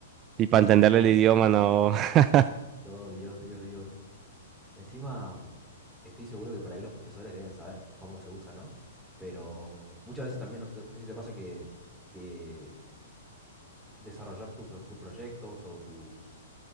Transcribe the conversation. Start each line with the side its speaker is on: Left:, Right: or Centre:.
Right: Y para entenderle
Centre: Dios,
Right: el idioma, no. <laughs>
Centre: no, Dios, Dios, Dios. Encima, estoy seguro que por ahí los profesores deben saber cómo se usa, ¿no? Pero muchas veces también, no sé no sé si te pasa que, que desarrollar tu pro- tus proyectos o tus,